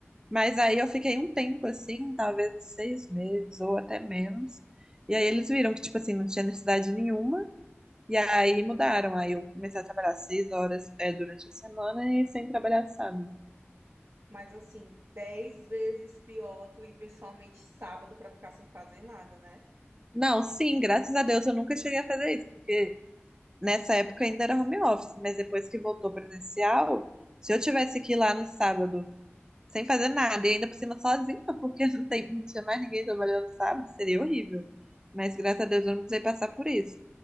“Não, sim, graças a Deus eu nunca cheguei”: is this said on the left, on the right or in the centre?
Right